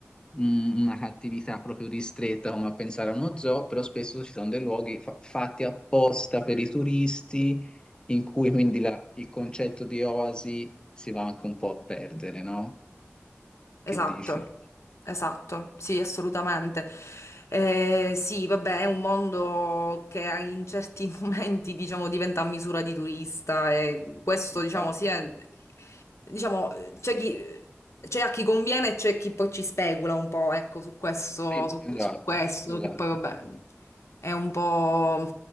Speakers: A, on the left; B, on the left.
A: un- una cattività proprio ristretta come a pensare a uno zoo, però spesso ci sono dei luoghi fa- fatti apposta per i turisti in cui quindi la- il concetto di oasi si va anche un po' a perdere, no?
B: Esatto,
A: Che dici?
B: esatto, sì, assolutamente. Eh, sì, vabbè, è un mondo che in certi <laughs> momenti, diciamo, diventa a misura di turista e questo,
A: Esatto,
B: diciamo, sì, è- diciamo, eh, c'è chi... C'è a chi conviene e c'è chi poi ci specula un po', ecco, su questo,
A: sì,
B: su,
A: esatto,
B: su questo,
A: esatto,
B: che poi vabbè è un po',